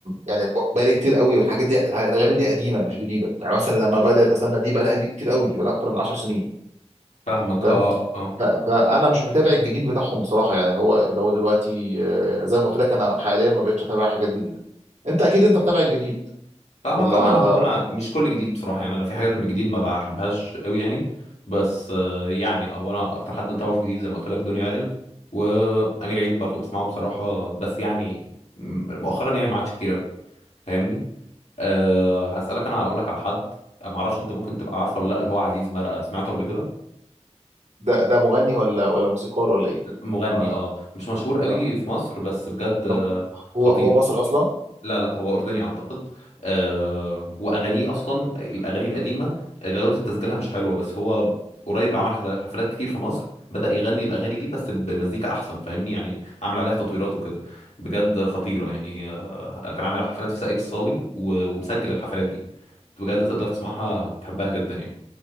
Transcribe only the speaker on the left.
فاهمك
اه اه
فاهمك
طبعا هو انا مش كل جديد بصراحه يعني انا في حاجات من الجديد ما بحبهاش قوي يعني بس آه، يعني آه، هو انا اكتر حد متابعه في الجديد زي ما قلت لك دنيا عقل وامير عيد برضو بسمعه بصراحه بس يعني م- مؤخرا يعني ما عادش كتير قوي فاهمني أه هسالك انا هقول لك على حد ما اعرفش انت ممكن تبقى عارفه ولا لا اللي هو عزيز مرقه سمعته قبل كده
مغني
اه مش مشهور قوي
في مصر بس بجد آه،
خطير
لا لا هو أردني أعتقد آه وأغانيه أصلا الأغاني القديمة جودة تسجيلها مش حلوة بس هو قريب عمل حفل- حفلات كتير في مصر بدأ يغني الأغاني دي بس بمزيكا أحسن فاهمني يعني عامل عليها تطويرات وكده بجد خطيرة يعني آه كان عامل حفلات في ساقية الصاوي و- ومسجل الحفلات دي بجد تقدر تسمعها هتحبها جدا يعني